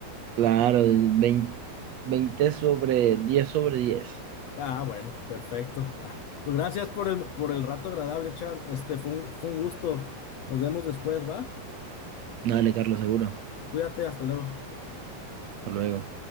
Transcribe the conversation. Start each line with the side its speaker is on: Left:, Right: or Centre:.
Right: Claro, el veinte 20 sobre 10 sobre 10.
Left: Ah, bueno, perfecto. Ah, pues gracias por el, por el rato agradable, Char. Este fue un, fue un gusto. Nos vemos después, ¿va?
Right: Dale, Carlos, seguro.
Left: Cuídate, hasta luego.
Right: Hasta luego.